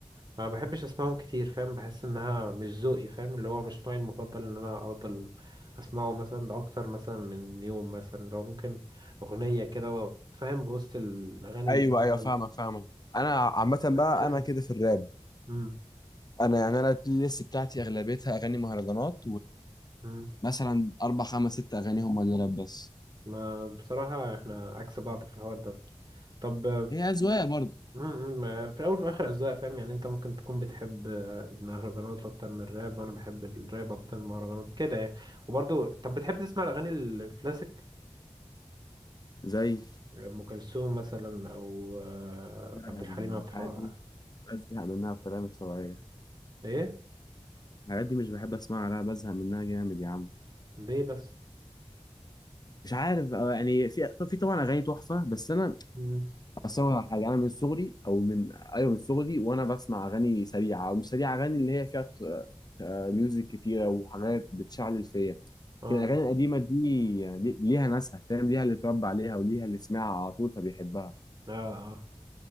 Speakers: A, on the right; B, on the left.
A: ما بحبش أسمعهم كتير فاهم بحس إنها مش ذوقي فاهم اللي هو مش نوعي المفضل إن أنا أفضل أسمعه مثلا لأكتر مثلا من يوم مثلا اللي هو ممكن أغنية كده و- فاهم بوسط الأغاني
B: ايوه
A: اللي شغالة
B: ايوه فاهمك فاهمك انا عامه بقى
A: <clears throat>
B: انا كده في
A: <coughs>
B: الراب
A: أمم،
B: انا يعني انا البلاي ليست بتاعتي اغلبيتها اغاني مهرجانات
A: أمم.
B: ومثلا اربع خمس ست اغاني هم اللي راب بس
A: ما بصراحة احنا عكس بعض في الحوار ده طب
B: هي اذواق برضه
A: امم ما- في الاول وفي الاخر اذواق فاهم يعني انت ممكن تكون بتحب آه، المهرجانات اكتر من الراب وانا بحب الراب اكتر من المهرجانات كده يعني وبرضه طب بتحب تسمع الاغاني الكلاسيك
B: زي
A: ام كلثوم مثلا او آه،
B: لا
A: عبد
B: يعني
A: الحليم عبد الحق
B: الحاجات دي بزهق منها بطريقه مش طبيعيه
A: ايه
B: الحاجات دي مش بحب اسمعها لا بزهق منها جامد يا عم
A: ليه بس
B: مش عارف أو يعني في طب في طبعا اغاني تحفه بس انا
A: امم
B: اصل أقول لك على حاجه انا من صغري او من ايوه من صغري وانا بسمع اغاني سريعه او مش سريعه اغاني اللي هي فيها ت- آه، ميوزك كتيره وحاجات بتشعل فيا
A: اه
B: لكن الاغاني القديمه دي يعني لي- ليها ناسها فاهم ليها اللي اتربى عليها وليها اللي سمعها على طول فبيحبها
A: اه اه